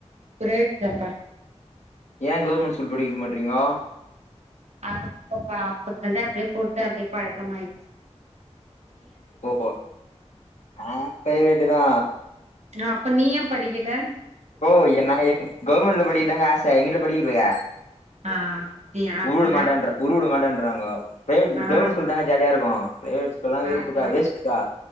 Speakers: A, on the right (about 70°); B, on the left (about 80°).
A: ப்ரைவேட் தா பா
B: ஏ கவுர்மென்ட் ஸ்கூல் படிக்க வெக்க மாட்டிறீங்கோ
A: அது <inaudible> அப்பத்லந்தே அப்டியே போட்டு அப்டியே பழக்கமாய்ச்சு
B: ஓ நானு ப்ரைவேட்டு தா
A: ஆ அப்ப நீ ஏ படிக்கல
B: அக்கோ எனக்கு என்ன கவர்மெண்ட்ல படிக்கதாங்க ஆச எங்க வீட்ல படிக்க வெக்கலியே
A: ஆ அப்டியா அப்டிதா
B: உருபட மாட்ட உருபட மாட்டேன்றாங்கோ
A: ஆ
B: கவர்மெண்ட் ஸ்கூல் தாங்க ஜாலியா இருக்கு பிரைவேட் ஸ்கூல்ல்லா வெருப்புக்கா
A: அதா
B: வேஸ்டுக்கா